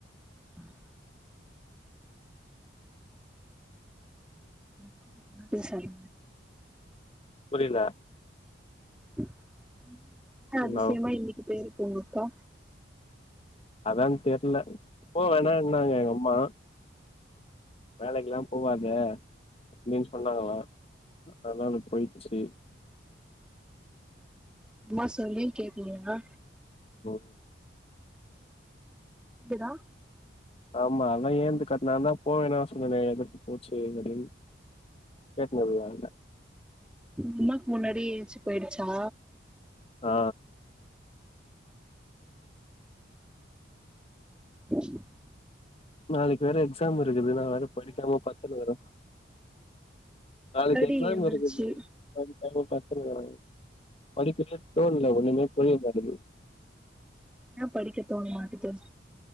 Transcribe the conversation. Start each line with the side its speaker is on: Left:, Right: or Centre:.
Centre: ம் ஒங்க அக்கா பத்திலா பேச <inaudible>
Left: புரியல
Centre: என்ன
Left: ஹலோ
Centre: அதிசயமா இன்னைக்கு பேய்ர்க்கு ஒங்கக்கா
Left: அதா தெர்ல போ வேணானாங்க எங்கம்மா வேலைக்கிலா போவாத அப்டின்னு சொன்னாங்களா ஆனா அது போயிச்சி
Centre: அம்மா சொல்லியு கேக்கலீயா
Left: ஒ
Centre: இங்கதா
Left: ஆமா அதா ஏந்து கத்னாங் நாந்தா போவேனா சொன்னனே எதுக்கு போச்சு அப்டின்னு பேசம்போது வர்ல
Centre: உங்ம்மாக்கு முன்னாடியே ஏன்ச்சு போயிடுச்சா
Left: ஆ
Centre: <inaudible>
Left: நாளக்கி வேற எக்ஸாம் இருக்குது நா வேற படிக்காம பத்துனுருக்கற நாளைக்கி
Centre: படி
Left: எக்ஸாம்
Centre: எந்திரிச்சு
Left: இருக்குது படி நா இன்னு பத்துனுகிற படிக்கவே தோண்ல ஒண்ணுமே புரிய மாட்டேங்கிது
Centre: ஏ படிக்க தோண் மாட்டுது